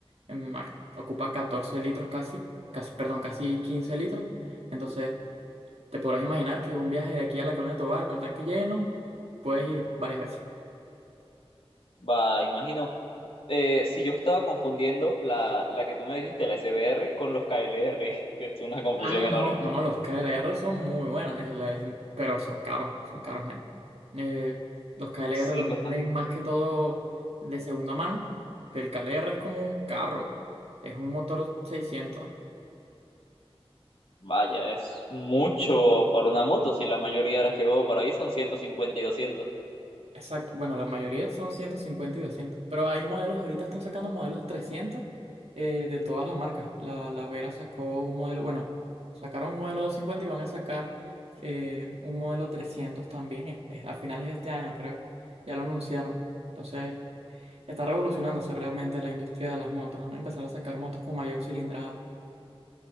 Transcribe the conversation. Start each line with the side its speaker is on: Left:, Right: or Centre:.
Right: em, a- ocupa 14 litros casi, casi, perdón, casi 15 litros, entonces te podrás imaginar que un viaje de aquí a la Colonia Tobar con el tanque lleno, puedes ir varias veces.
Left: Va, imagino. Eh, si yo estaba confundiendo la, la que tú me dijiste, la SBR, con los KLR, <laughs> es una confusión
Right: Ah,
Left: enorme.
Right: no, no, los KLR son muy buenas, es la gen- pero son caros, son caros, men. Eh, los KLR
Left: Sí,
Right: los
Left: cuestan.
Right: venden más que todo de segunda mano, porque el KLR es como un carro, es un motor 600.
Left: Vaya, es mucho para una moto, si la mayoría de las que veo por ahí son ciento cincuenta y doscientos
Right: Exacto. Bueno, la mayoría son 150 y 200, pero hay modelos, ahorita están sacando modelos 300 eh, de todas las marcas. La, la Vera sacó un modelo, bueno, sacaron un modelo doscientos cincuenta y van a sacar eh, un modelo 300 también eh, eh, a finales de este año, creo. Ya lo anunciaron. Entonces, está revolucionándose realmente la industria de las motos. Van a empezar a sacar motos con mayor cilindrada.